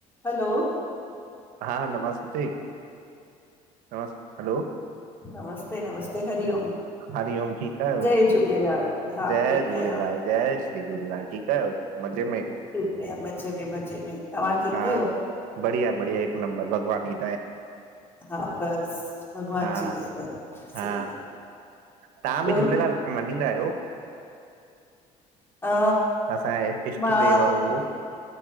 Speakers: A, on the left; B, on the right.
A: हलो
B: हा नमस्ते हलो
A: नमस्ते नमस्ते हरिओम।
B: हरिओम ठीकु आहियो
A: जय झूलेलाल हा
B: जय
A: ठीकु
B: झूलेलाल
A: आहियां
B: जय झूलेलाल ठीकु आहियो? मज़े में?
A: ठीकु आहे मज़े में मज़े में तव्हां ठीकु
B: हा
A: आहियो?
B: बढ़िया बढ़िया हिकु नंबर भॻवान ई
A: हा बस भॻवान
B: हा
A: जी दया आहे सही
B: हा
A: आहे।
B: तव्हां बि
A: ॿियो
B: झूलेलाल खे मञींदा आयो
A: अ
B: असांए इष्ट
A: मां
B: देव आ उहो।